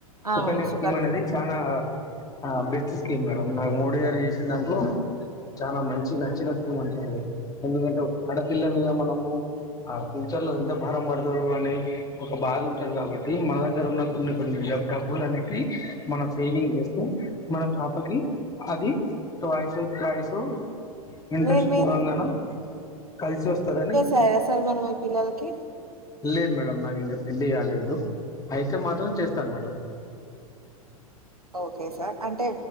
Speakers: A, on the left; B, on the right.
A: సుకన్యా
B: అవును సుకన్య
A: స్క్రీమ్ అనేది చాలా అ బెస్ట్ స్కీ కీమ్ మేడం నాకు మోడీ గారు చేసిన దాంట్లో, చాలా మంచి నచ్చిన స్కీమ్ అంటారు ఎందుకంటే ఒక ఆడపిల్ల మీద మనం ఆ ఫ్యూచర్ లో ఎంత భారం పడుతదో, అనే ఒక బాధ ఉంటది కాబట్టి, మన దగ్గర ఉన్న కొన్ని కొన్ని డబ్బులు అనేటివి, మనం సేవింగ్ చేస్తే మన పాపకి అది ట్వయిస్ త్రయిస్ ఇంట్రెస్ట్
B: మీరు మీరు
A: పూరంగాన కలిసి వస్తదని
B: సయా సార్ మరి మీ పిల్లలకి
A: లేదు మేడం నాకు ఇంకా పెళ్లి గాలేదు అయితే మాత్రం చేస్తాను మేడం
B: ఓకే సార్ అంటే